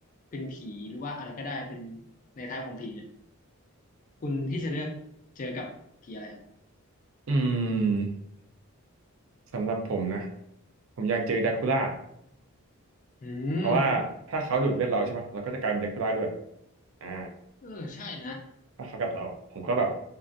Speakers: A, on the left; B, on the right.
A: เป็นผีหรือว่าอะไรก็ได้เป็นในท้ายของผีเนี่ยคุณที่จะเลือกเจอกับผีอะไรครับ
B: อืมสำหรับผมนะผมอยากเจอดราคูล่า
A: อืม
B: เพราะว่าถ้าเขาดูดเลือดเราใช่ปะเราก็จะกลายเป็นดราคูล่าด้วยอ่า
A: เออใช่นะ
B: ถ้าเขากัดเราผมก็แบบ